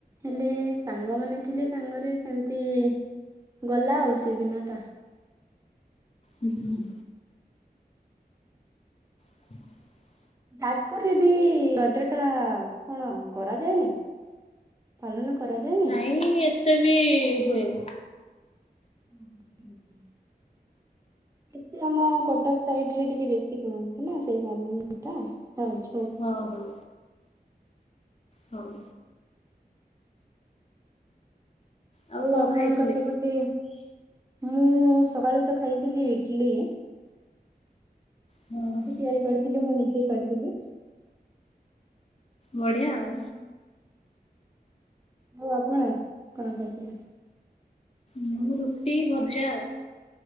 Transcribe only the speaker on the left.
ହୁଁ ହୁଁ। <inaudible>
ନାଇଁ ଏତେ ବି ହୁଏନି।
ହଁ ହଁ। ହଉ। ଆଉ
କଣ
ଖାଇଥିଲେ?
ହଁ
ବଢିଆ ଆଉ।
ମୁଁ ରୁଟି ଭଜା ଆଉ।